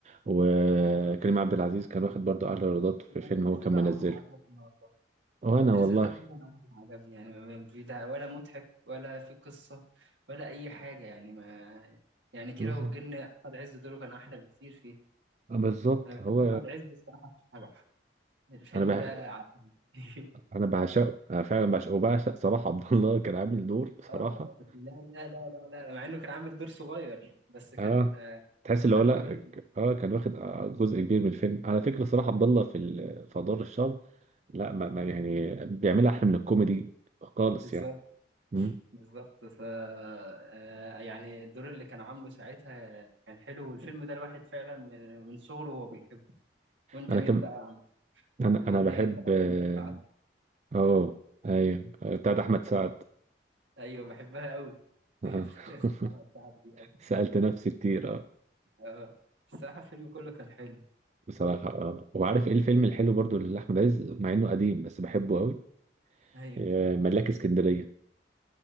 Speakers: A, on the right; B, on the right.
A: وكريم
B: بالظبط
A: عبد العزيز كان واخد برضه اعلى ايرادات في
B: أنا
A: فيلم
B: ولاد
A: هو
B: رزق
A: كان
B: ده
A: منزله
B: عمره ما عجبني والله.
A: وانا
B: ولاد
A: والله
B: رزق ده فعلا عجبني يعني ما في ده ولا مضحك ولا في قصة ولا أي حاجة يعني ما يعني كيرة
A: بس-
B: والجن أحمد عز دوره كان أحلى بكتير فيه
A: بالظبط
B: أنا بحب
A: هو
B: أحمد عز الصراحة في شبح الفيلم
A: انا بح...
B: ده ع- <laughs>
A: انا بعشقه انا فعلا بعشقه وبعشق صلاح عبد الله كان عامل دور بصراحه
B: آه لا لا لا لا لا لا، مع إنه كان عامل دور صغير بس كان
A: اه تحس اللي
B: كان
A: هو لا
B: رهيب
A: ك- اه كان واخد آه، جزء كبير من الفيلم على فكره صراحه عبد الله في ال- في ادوار الشر لا ما ما يعني بيعملها احلى من الكوميدي خالص
B: بالظبط
A: يعني مم.
B: بالظبط ف آه، يعني الدور اللي كان عامله ساعتها كان حلو والفيلم ده الواحد فعلا من من صغره وهو بيحبه وأنت
A: انا
B: مين
A: كم
B: بقى يا عم
A: انا
B: والأغنية
A: انا بحب
B: بقى
A: اه
B: الجامدة بتاعته
A: آه، ايوه آه، بتاعت احمد سعد
B: ايوه بحبها قوي
A: آه.
B: بحب الأغنية
A: <laughs>
B: بتاعها دي قوي
A: سالت نفسي كتير اه
B: اه الصراحة الفيلم كله كان حلو
A: بصراحه اه وعارف ايه الفيلم الحلو برضو لاحمد عز مع انه قديم بس بحبه قوي
B: ايوه
A: آه، ملاك اسكندريه